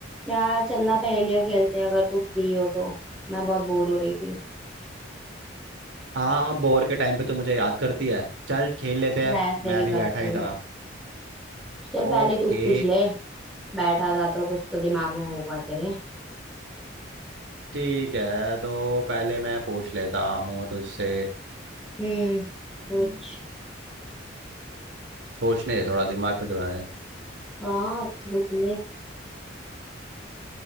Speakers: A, in the centre; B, on the right.
A: यार चलना पहेलियां खेलते हैं अगर तू फ्री हो तो मैं बहुत बोर हो रही थी
B: हाँ बोर के टाइम पे तो मुझे याद करती है चल खेल लेते हैं
A: वैसे
B: मैं
A: भी
B: भी
A: करती
B: बैठा ही
A: हूँ
B: था
A: मैं चल पहले
B: ओके
A: तू पूछ ले बैठा था तो कुछ तो दिमाग में होगा तेरे
B: ठीक है तो पहले मैं पूछ लेता हूँ तुझसे
A: हम्म कुछ
B: हम्म, सोचने दे थोड़ा दिमाग पे जो है
A: हाँ सोच ले